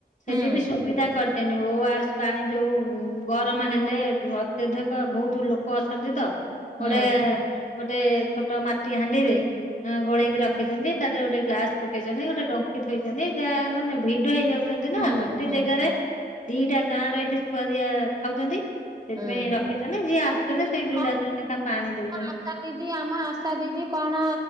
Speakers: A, on the left; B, on the right.
A: ସେଠି
B: ହୁଁ
A: ବି ସୁବିଧା କରି ଚେନି ଓ ଆର ସ୍ ପାଣି ଯଉଁ ଗରମ ହେଲେ ଅତ୍ୟଧିକ ବହୁତୁ ଲୋକ ଅଛନ୍ତି ତ।
B: ହୁଁ
A: ଗୋଟେ ଗୋଟେ ଛୋଟ ମାଟି ହାଣ୍ଡିରେ। ଉଁ ଗୋଳେଇକି ରଖିଛନ୍ତି ତା ଦେହରେ ଗୋଟେ ଗ୍ଲାସ ପକେଇଛନ୍ତି ଗୋଟେ ଡଙ୍କି ଥୋଇଛନ୍ତି ଯାହା ମାନେ ଭିଡ ହେଇଯାଉ ଛନ୍ତି ନା
B: ହୁଁ
A: ଗୋଟେ
B: ହୁଁ
A: ଜାଗାରେ ଦିଟା ଗାଁ ର ଏଠି ସୁଆଦିଆ ଖାଉଛନ୍ତି। ସେଥିପାଇଁ
B: ହୁଁ
A: ରଖିଛନ୍ତି ଯିଏ ଆସୁଛନ୍ତି ସେଇ ଗିଲାସ
B: ହଁ
A: ରେ ନେଖା ପାଣି ଦଉ
B: ଆମ ଆଶା ଦିଦି ଆମ ଆଶା ଦିଦି କଣ।